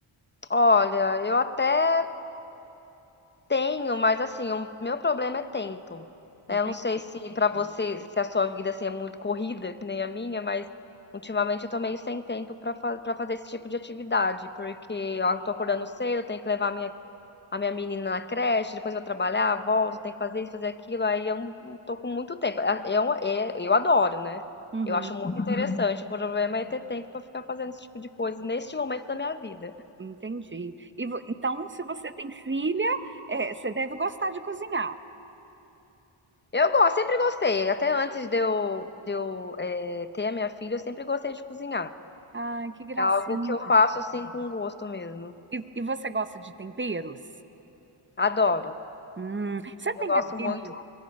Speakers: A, on the left; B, on the right.
A: Olha, eu até tenho, mas assim, o meu problema é tempo.
B: Entende?
A: né? Eu não sei se pra você, se a sua vida assim é muito corrida, que nem a minha, mas ultimamente eu tô meio sem tempo pra fa para fazer esse tipo de atividade, porque ó, eu tô acordando cedo, eu tenho que levar minha a minha menina na creche, depois eu vou trabalhar, volto, tenho que fazer isso, fazer aquilo, aí eu não tô com muito tempo. Ah, Eu, é- eu adoro, né?
B: Uhum.
A: Eu acho muito interessante. O problema é ter tempo pra ficar fazendo esse tipo de coisa neste momento da minha vida.
B: Entendi. E vo- então, se você tem filha, é, você deve gostar de cozinhar.
A: Eu gosto, sempre gostei. Até antes de eu, de eu eh, ter a minha filha, eu sempre gostei de cozinhar.
B: Ai, que gracinha.
A: É algo que eu faço assim com gosto mesmo.
B: E, e você gosta de temperos?
A: Adoro.
B: Hum, você tem
A: Eu gosto
B: aquele,
A: muito.